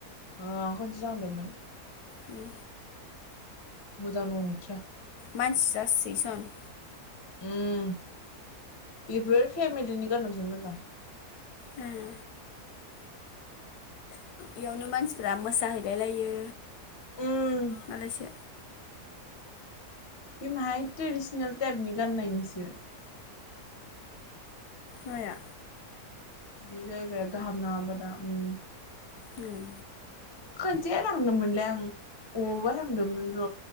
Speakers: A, on the left (about 35°); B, on the left (about 80°).
A: ओ आं खोनसे थांदोंमोन।
B: उम।
A: मोजां नंथ्रा।
B: मानसि जासोयो सन।
A: उम बेफोर फेमिलिनि गानावसो मोजां।
B: उम। इयावनो मानसिफ्रा मोसाहैलाय लायो
A: उम
B: मालायसो।
A: बे माहाय ट्रेडिसनेल टाइपनि गाननायनिसो।
B: माया
A: बे जायगाया गाहाम नाङाबादा ओम
B: उम
A: खोनसे लांदोंमोनलै आं अबावबा थांदोंमोन र